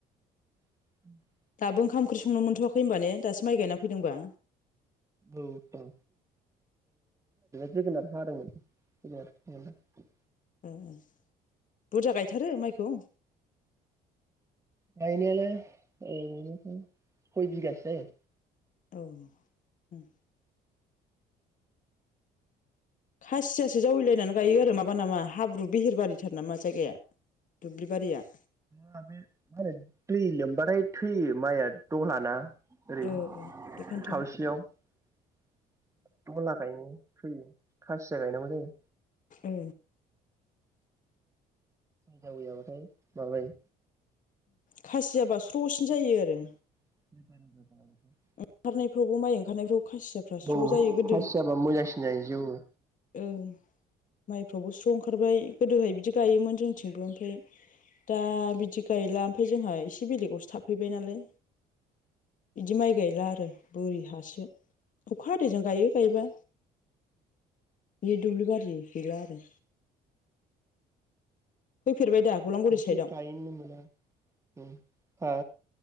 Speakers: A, on the right (about 15°); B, on the left (about 50°).
A: <unintelligible>
B: दाबो ओंखाम ओंख्रि संनो मोनथ'वाखै होनब ने दासो माइ गायना फैदोंबा
A: औ जोगोनार हादोंमोन <unintelligible>
B: ए बुरजा गायथारो माइखौ?
A: गायनायालाय <unintelligible> सय बिगासो जायो
B: औ खासियासो जावैलायनानै गायो आरो माबा नामा हाब्रु बिहिरबारिथार ना मा जायगाया? दुब्लिबारिया
A: म बे मा होनो दै लोमबाथाय थैयो माइया दहलाना ओरै
B: ओ ओ बेखायनोथ'
A: खावसेयाव <unintelligible> फैयो खासिया गायनांगौ जायो
B: ए
A: जावैयाबाथाय माबाय
B: खासियाब्ला स्र'सिन जायो आरो
A: <unintelligible>
B: ओंखारनायफ्रावबो माइ ओंखारनायफ्राव खासियाफ्रा स्र'
A: औ
B: जायो गोदो
A: खासियाबा मोजांसिन जायो जौवो
B: ओ माइफ्रावबो स्र' ओंखारबाय गोदोहाय बिदि गायोमोन जोंथिंबो ओमफ्राय दा बिदि गायला ओमफ्राय जोंहा एसे बेलेगावसो थाफैबाय नालाय बिदि माइ गायला आरो बोरि हासो अखा हादैजों गायो गायबा। दि दुब्लि बारि गैला आरो। फैफेरबाय दा बलांगुरि
A: खावसे
B: साइदआव
A: गायनोनो मोना उम, हा?